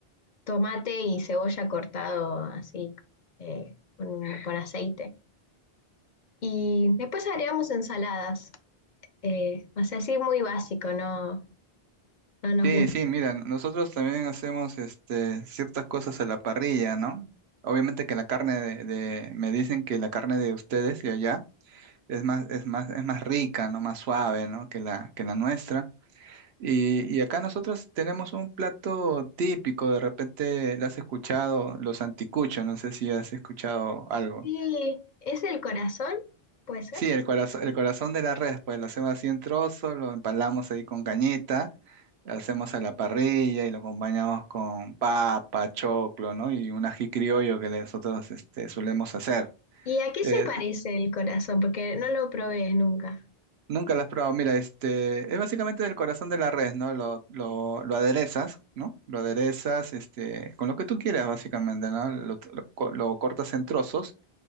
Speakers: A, on the left (about 55°); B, on the right (about 85°).
A: tomate y cebolla cortado así eh, con, con aceite. Y después agregamos ensaladas. eh, o sea, así muy básico, no, no nos
B: Sí,
A: gusta.
B: sí, mira, nosotros también hacemos este, ciertas cosas a la parrilla, ¿no? Obviamente que la carne de, de- me dicen que la carne de ustedes y allá es más, es más, es más rica, ¿no? Más suave, ¿no? Que la, que la nuestra. Y, y acá nosotros tenemos un plato típico, de repente lo has escuchado, los anticuchos, no sé si has escuchado algo.
A: Sí, ¿es el corazón? ¿Puede ser?
B: Sí, el corazón, el corazón de la red, pues lo hacemos así en trozo, lo empalamos ahí con cañita, lo hacemos a la parrilla y lo acompañamos con papa, choclo, ¿no? Y un ají criollo que nosotros este, solemos hacer.
A: ¿Y a qué
B: Eh,
A: se parece el corazón? Porque no lo probé nunca.
B: nunca lo has probado. Mira, este, es básicamente el corazón de la res, ¿no? Lo, lo, lo aderezas, ¿no? Lo aderezas, este, con lo que tú quieras, básicamente, ¿no? Lo, lo co- lo cortas en trozos